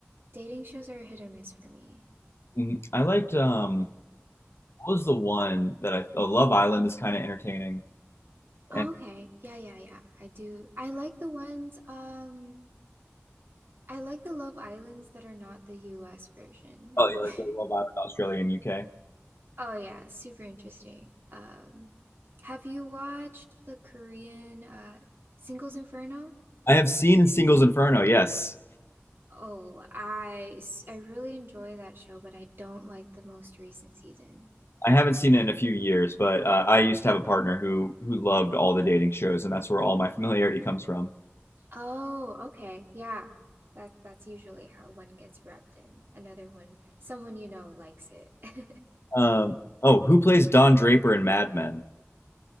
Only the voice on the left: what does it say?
Mhm. I liked um, what was the one that I? Oh, Love Island is kind of entertaining.
And
oh,
you like
Love Island, Australia and UK?
I have seen Singles Inferno. Yes,
I haven't seen it in a few years, but uh, I used to have a partner who who loved all the dating shows, and that's where all my <laughs> familiarity comes from.
Um, oh, who plays Don Draper in Mad Men?